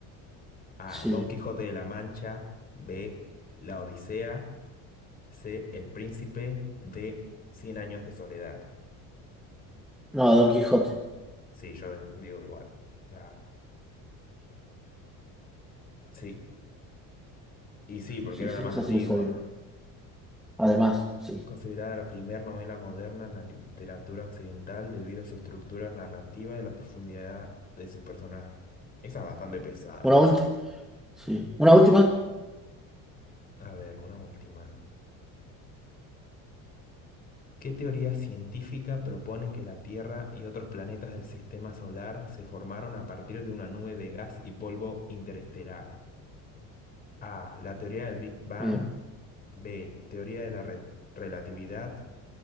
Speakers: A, on the left; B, in the centre.
A: A.
B: Sí.
A: Don Quijote de la Mancha. B. La Odisea. C. El Príncipe. D. Cien años de soledad.
B: No, Don Quijote.
A: Sí, yo de- digo igual. Ah, sí, y sí, porque
B: Sí,
A: era
B: sí,
A: la más
B: eso
A: antigua.
B: sí lo sabía. Además, sí.
A: Es considerada la primera novela moderna en la literatura occidental debido a su estructura narrativa y la profundidad de sus personajes. Esa es bastante pesada
B: Una
A: igual.
B: última. Sí. Una última.
A: A ver, una última. ¿Qué teoría científica propone que la Tierra y otros planetas del sistema solar se formaron a partir de una nube de gas y polvo interestelar? A. La teoría del Big Bang.
B: Bien.
A: B. Teoría de la re- relatividad.